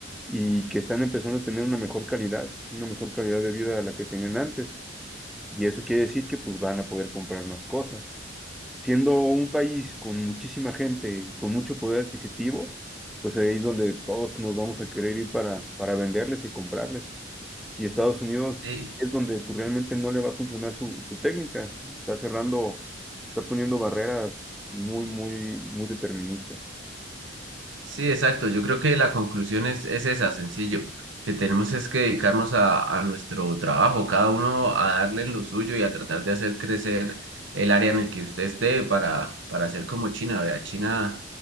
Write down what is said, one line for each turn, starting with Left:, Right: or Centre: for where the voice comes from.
Centre: y que están empezando a tener una mejor calidad, una mejor calidad de vida a la que tenían antes. Y eso quiere decir que pues van a poder comprar más cosas siendo un país con muchísima gente, con mucho poder adquisitivo, pues ahí es donde todos nos vamos a querer ir para, para venderles y comprarles. Y Estados Unidos
Right: Sí,
Centre: es donde pues, realmente no le va a funcionar su, su técnica. Está cerrando, está poniendo barreras muy, muy, muy deterministas.
Right: Sí, exacto. Yo creo que la conclusión es, es esa, sencillo, que tenemos es que dedicarnos a, a nuestro trabajo, cada uno a darle en lo suyo y a tratar de hacer crecer el área en el que usted esté para, para hacer como China. Vea, China